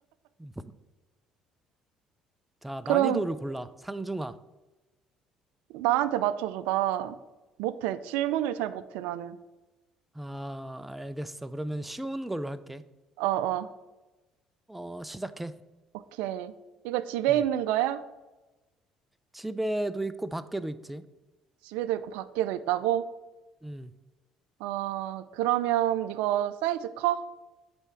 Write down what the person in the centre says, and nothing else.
음. 자,
난이도를 골라. 상중하.
아, 알겠어. 그러면 쉬운 걸로 할게.
어, 시작해.
음.
집에도 있고, 밖에도 있지.
음.